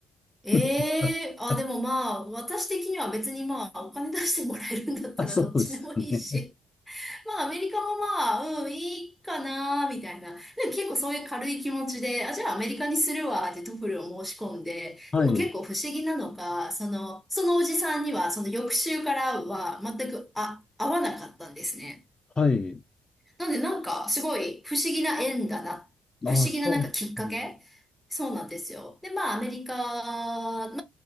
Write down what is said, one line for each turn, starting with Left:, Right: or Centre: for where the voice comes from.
Centre: ええーあ、
Left: はい。<laughs>
Centre: でもまあ、私的には別にまあ、お金出してもらえるんだったらどっちでもいいし、
Left: あ、そうですよね。
Centre: まあ、アメリカもまあ、うん、いいかな、みたいな。でも結構そういう軽い気持ちで、あ、じゃあアメリカにするわ、ってトフルを申し込んで、
Left: はい。
Centre: でも結構不思議なのが、その、そのおじさんには、その翌週からは全く、あ、合わなかったんですね。
Left: はい。
Centre: なんでなんかすごい不思議な縁だな。不思議ななんかきっかけそうなんですよ。
Left: ああ、そうですね。
Centre: で、まあアメリカ、ま、まあ、